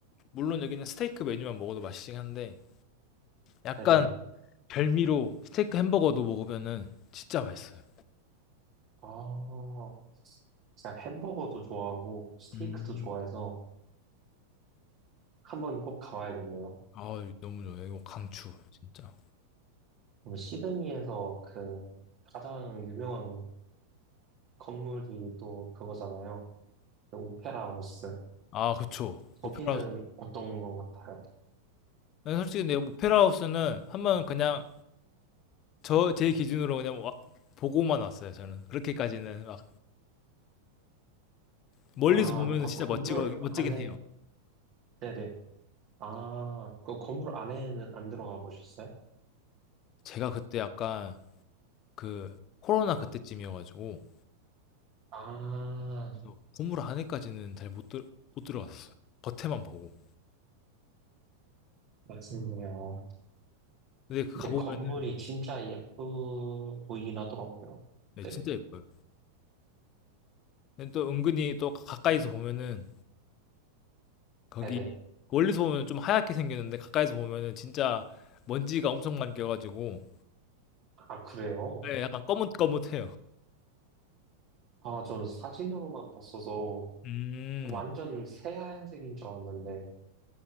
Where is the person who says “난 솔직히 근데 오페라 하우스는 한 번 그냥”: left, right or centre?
Left